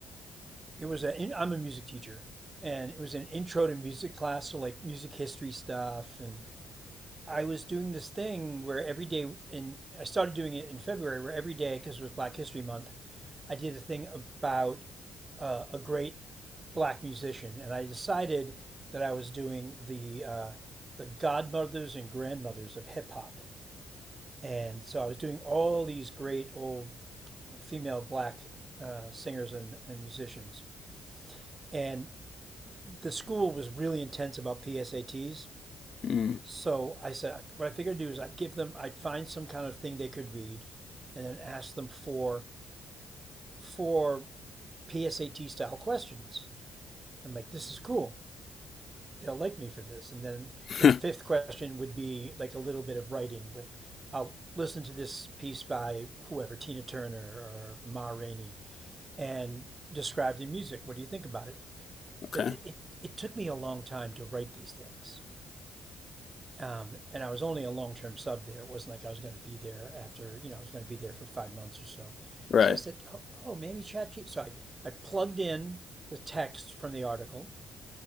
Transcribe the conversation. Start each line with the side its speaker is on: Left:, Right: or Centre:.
Right: it was a. I'm a music teacher, and it was an intro to music class, so like music history stuff. And I was doing this thing where every day, and I started doing it in February, where every day, because it was Black History Month, I did a thing about uh, a great black musician, and I decided that I was doing the uh, the godmothers and grandmothers of hip hop. And so I was doing all these great old female black uh, singers and, and musicians. And the school was really intense about PSATs.
Left: Mm.
Right: So I said, what I figured I'd do is I'd give them, I'd find some kind of thing they could read and then ask them for for PSAT style questions. And I'm like, this is cool. They'll like me for this. And then
Left: <laughs>
Right: the fifth question would be like a little bit of writing. Like, I'll listen to this piece by whoever, Tina Turner or Ma Rainey and describe the music. What do you think about it?
Left: Okay.
Right: But it, it, it took me a long time to write these things. Um, and I was only a long term sub there. It wasn't like I was going to be there after, you know, I was going to be there for five months or so.
Left: Right.
Right: So I said, oh, oh maybe ChatGPT. So I, I plugged in the text from the article